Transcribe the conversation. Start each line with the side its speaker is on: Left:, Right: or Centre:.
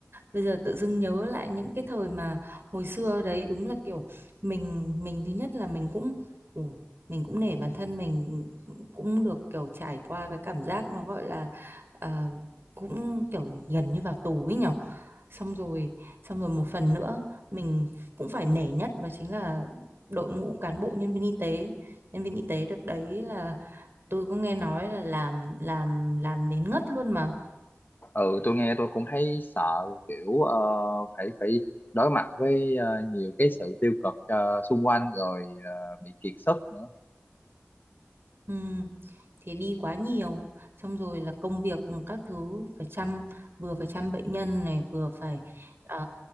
Right: bây giờ tự dưng nhớ lại những cái thời mà hồi xưa đấy đúng là kiểu mình mình thứ nhất là mình cũng ừ, mình cũng nể bản thân mình cũng được kiểu trải qua cái cảm giác nó gọi là ờ, cũng kiểu gần như vào tù ấy nhở xong rồi xong rồi một phần nữa mình cũng phải nể nhất đó chính là đội ngũ cán bộ nhân viên y tế nhân viên y tế đợt đấy là tôi có nghe nói là làm làm làm đến ngất luôn mà
Left: ừ tôi nghe tôi cũng thấy sợ kiểu ờ, phải phải đối mặt với ờ, nhiều cái sự tiêu cực ờ, xung quanh rồi ờ, bị kiệt sức nữa
Right: Ừ, thì đi quá nhiều xong rồi là công việc các thứ phải chăm vừa phải chăm bệnh nhân này vừa phải ờ,